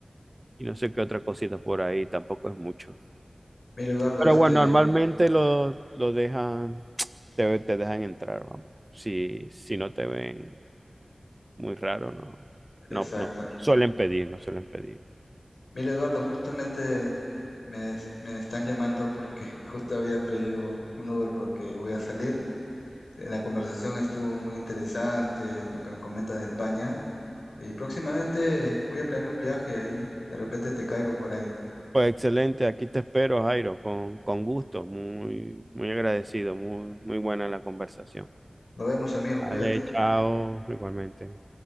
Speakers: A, on the right (about 30°); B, on the left (about 85°).
A: y no sé qué otra cosita por ahí, tampoco es mucho.
B: Mira, Eduardo,
A: Pero
B: este,
A: bueno, normalmente lo, lo dejan, te, te dejan entrar, vamos, si, si no te ven. Muy raro, no.
B: exacto.
A: No, no suelen pedir, no suelen pedir.
B: Mira, Eduardo, justamente me, es- me están llamando porque <laughs> justo había pedido un Uber porque voy a salir. La conversación estuvo muy interesante, lo que me comenta de España. Y próximamente voy a planear un viaje ahí. De repente te caigo por ahí.
A: Pues excelente, aquí te espero, Jairo, con, con gusto. Muy, muy agradecido, muy, muy buena la conversación.
B: Nos vemos, amigo. Cuídate.
A: Vale, chao, igualmente.